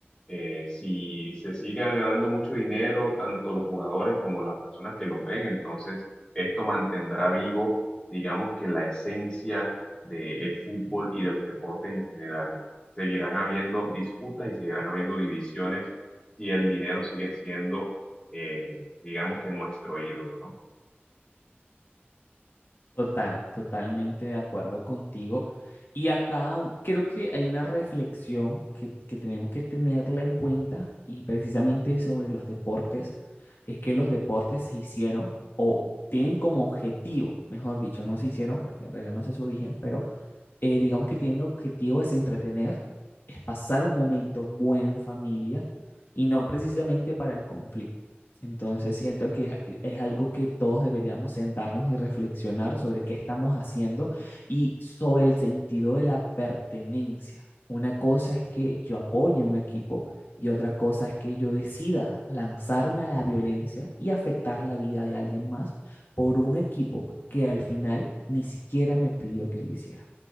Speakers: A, on the left; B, on the left.
A: eh, si se sigue ganando mucho dinero, tanto los jugadores como las personas que los ven, entonces esto mantendrá vivo, digamos que la esencia del fútbol y de los deportes en general seguirán habiendo disputas y seguirán habiendo divisiones si el dinero sigue siendo, eh, digamos que nuestro ídolo, ¿no?
B: Total, totalmente de acuerdo contigo. Y acá creo que hay una reflexión que, que tenemos que tenerla en cuenta y precisamente sobre los deportes, es que los deportes se hicieron o tienen como objetivo, mejor dicho, no se hicieron porque en realidad no sé su origen, pero eh, digamos que tienen objetivo es entretener, es pasar un momento bueno en familia y no precisamente para el conflicto. Entonces siento que es- es algo que todos deberíamos sentarnos y reflexionar sobre qué estamos haciendo y sobre el sentido de la pertenencia. Una cosa es que yo apoye un equipo y otra cosa es que yo decida lanzarme a la violencia y afectar la vida de alguien más por un equipo que al final ni siquiera me pidió que lo hiciera.